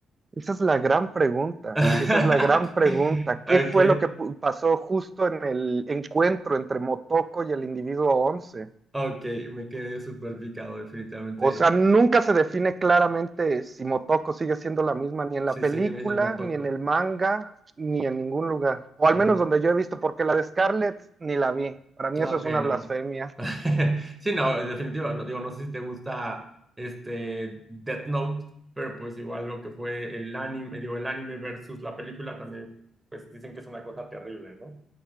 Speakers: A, on the right; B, on the right.
A: Esa es la gran pregunta,
B: <laughs>
A: esa es la gran pregunta. ¿Qué
B: Ok,
A: fue lo que pu- pasó justo en el encuentro entre Motoko y el individuo 11?
B: Ok, me quedé súper picado, definitivamente.
A: O sea, nunca se define claramente si Motoko sigue siendo la misma ni en
B: Sí,
A: la película,
B: sí, me dicen Motoko.
A: ni en el manga, ni en ningún lugar. O al
B: Mm,
A: menos donde yo he visto, porque la de Scarlett ni la vi. Para mí
B: ah,
A: eso
B: ok,
A: es una
B: no.
A: blasfemia.
B: <laughs> Sí, no, es definitivo. No, digo, no sé si te gusta este Death Note, pero pues igual lo que fue el anime, digo, el anime versus la película también, pues dicen que es una cosa terrible, ¿no?